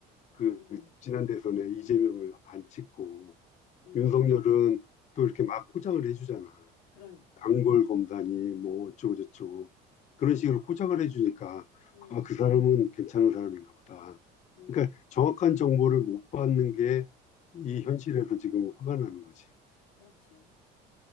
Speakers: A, on the left; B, on the left.
A: 그
B: 음.
A: 지난 대선에 이재명을 안 찍고
B: 음.
A: 윤석열은 또 이렇게 막 포장을 해주잖아.
B: 그러니까.
A: 단골 검사니 뭐 어쩌고 저쩌고 그런 식으로 포장을 해주니까
B: 음.
A: 아, 그 사람은 괜찮은 사람인가 보다.
B: 음.
A: 그러니까 정확한 정보를 못 받는 게 이
B: 음.
A: 현실에서 지금 화가 나는 거지.
B: 그렇지.